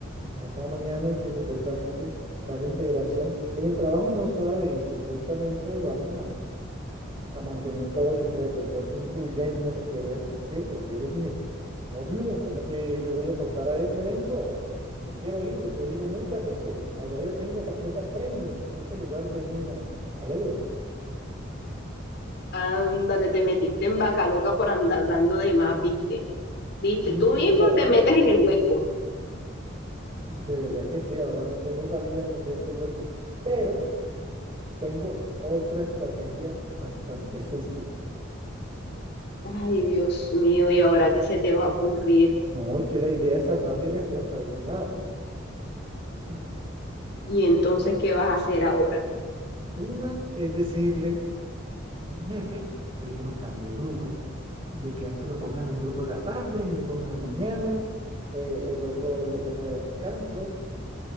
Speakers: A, on the right; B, on the left.
A: pasado mañana es que supuestamente está la integración, en el trabajo no sabe y supuestamente vamos a mantener todo discreto. Yo aquí incluyéndome que voy a asistir, porque yo les dije, obvio, ¿cómo que yo voy a faltar a ese evento? Yo quiero ir, yo he ido muchas veces. Allá yo tengo tarjeta premium en ese lugar de niñas alegres.
B: Ándale, te metiste en vaca loca por andar hablando de más, ¿viste? ¿Viste?
A: Sí,
B: Tú mismo
A: claro,
B: te metes en el hueco.
A: de verdad que sí, ahora no tengo salida en- de este hueco, pero tengo otra estrategia bastante sucia.
B: Ay, Dios mío, ¿y ahora qué se te va a ocurrir?
A: No, es que la idea es salvar mi responsabilidad. <clears throat>
B: ¿Y entonces qué vas a hacer ahora?
A: Una es decirle mi jefe de que nos cambie de grupo, de que a este lo pongan en el grupo de la tarde, ni le ponga en la mañana, eh, el otro lo ponga de descanso,